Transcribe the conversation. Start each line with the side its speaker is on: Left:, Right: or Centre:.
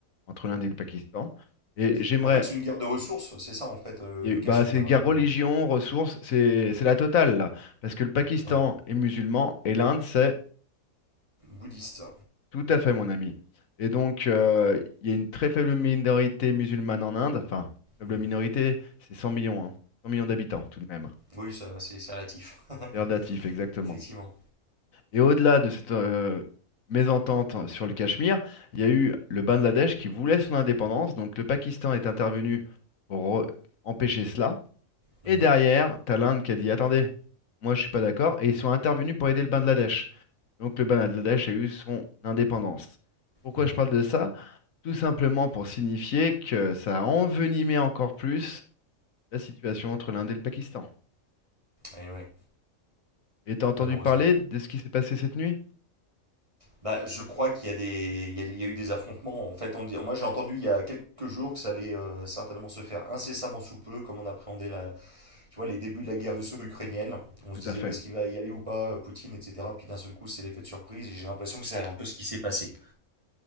Left: entre l'Inde et le Pakistan. Et j'aimerais,
Right: Donc en fait, c'est une guerre de ressources. C'est ça, en fait, euh,
Left: il
Right: le
Left: y a eu-
Right: Cachemire.
Left: bah, c'est guerre
Right: euh,
Left: religion, ressources, c'est c'est la totale là, parce que le Pakistan
Right: ouais.
Left: est musulman et l'Inde c'est
Right: Bouddhiste.
Left: Tout à fait, mon ami. Et donc, euh, il y a une très faible minorité musulmane en Inde. Enfin, faible
Right: Mhm.
Left: minorité, c'est 100 millions, hein. 100 millions d'habitants, tout de même.
Right: Oui, ça, c'est c'est relatif. <laughs>
Left: C'est relatif, exactement.
Right: Effectivement.
Left: Et au-delà de cette euh, mésentente sur le Cachemire, il y a eu le Bangladesh qui voulait son indépendance. Donc, le Pakistan est intervenu pour re- empêcher cela.
Right: Mhm,
Left: Et derrière, t'as l'Inde qui a dit, attendez, moi, je suis pas d'accord. Et ils sont intervenus pour aider le Bangladesh. Donc, le Bangladesh a eu son indépendance. Pourquoi
Right: mhm.
Left: je parle de ça? Tout simplement pour signifier que ça a envenimé encore plus la situation entre l'Inde et le Pakistan.
Right: Et ouais,
Left: Et t'as entendu
Right: malheureusement.
Left: parler de ce qui s'est passé cette nuit?
Right: Bah, je crois qu'il y a des, il y a, il y a eu des affrontements. En fait, on le dit, moi j'ai entendu il y a quelques jours que ça allait euh, certainement se faire incessamment sous peu, comme on appréhendait la, tu vois, les débuts de la guerre russo-ukrainienne. On
Left: Tout
Right: se disait,
Left: à fait.
Right: ouais, est-ce qu'il va y aller ou pas, euh, Poutine, etc. Puis d'un seul coup, c'est l'effet de surprise. Et j'ai l'impression que c'est un peu ce qui s'est passé.